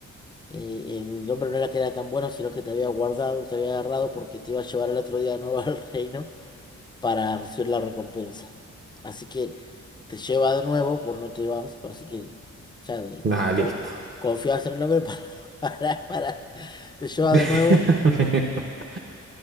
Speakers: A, on the left (about 15°); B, on the right (about 40°).
A: Y el hombre no era que era tan bueno, sino que te había guardado, te había agarrado porque te iba a llevar el otro día de nuevo <laughs> al reino para recibir la recompensa. Así que te lleva de nuevo, por no te vas, así que ya de-
B: Nada, listo.
A: co- confías en el hombre para, <laughs> para, para- te lleva
B: <laughs>
A: de nuevo.